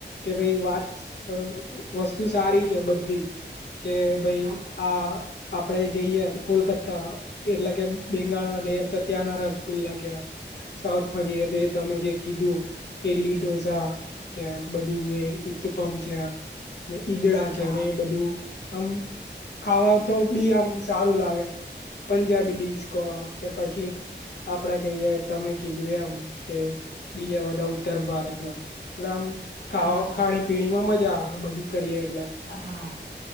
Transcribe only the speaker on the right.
હા
હા
હા
હા